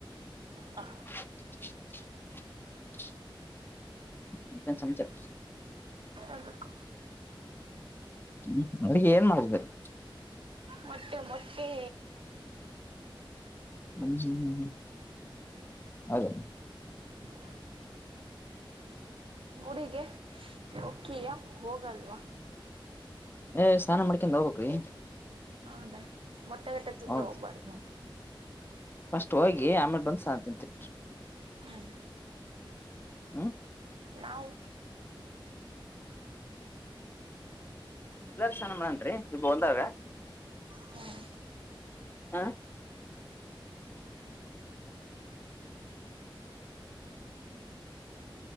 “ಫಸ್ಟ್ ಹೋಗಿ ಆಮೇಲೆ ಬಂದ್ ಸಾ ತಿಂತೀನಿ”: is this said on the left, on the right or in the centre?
Left